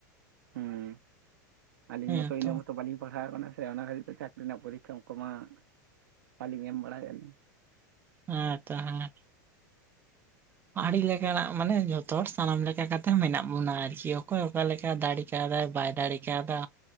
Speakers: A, on the right; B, on the right.
A: ᱦᱩᱸ ᱟᱹᱞᱤᱧ
B: ᱦᱮᱸ
A: ᱢᱚᱛᱚ ᱤᱱᱟᱹᱜ
B: ᱛᱚ
A: ᱢᱚᱛᱚ ᱵᱟᱹᱞᱤᱧ ᱯᱟᱲᱦᱟᱣ ᱠᱟᱱᱟ ᱥᱮ ᱚᱱᱟ ᱠᱷᱟᱹᱛᱤᱨ ᱛᱮ ᱪᱟᱠᱨᱤ ᱨᱮᱱᱟᱜ ᱯᱚᱨᱤᱠᱠᱷᱟ ᱠᱚ ᱢᱟ ᱵᱟᱹᱞᱤᱧ ᱮᱢ ᱵᱟᱲᱟᱭᱮᱫ-ᱟ ᱞᱤᱧ
B: ᱦᱮᱸ ᱛᱚ ᱦᱮᱸ ᱟᱹᱰᱤ ᱞᱮᱠᱟᱱᱟᱜ ᱢᱟᱱᱮ ᱡᱚᱛᱚ ᱦᱚᱲ ᱥᱟᱱᱟᱢ ᱞᱮᱠᱟ ᱠᱟᱛᱮᱜ ᱢᱮᱱᱟᱜ ᱵᱚᱱᱟ ᱟᱨᱠᱤ ᱚᱠᱚᱭ ᱚᱠᱟᱞᱮᱠᱟ ᱫᱟᱲᱮ ᱠᱟᱣ ᱫᱟᱭ ᱵᱟᱭ ᱫᱟᱲᱮ ᱠᱟᱣ ᱫᱟ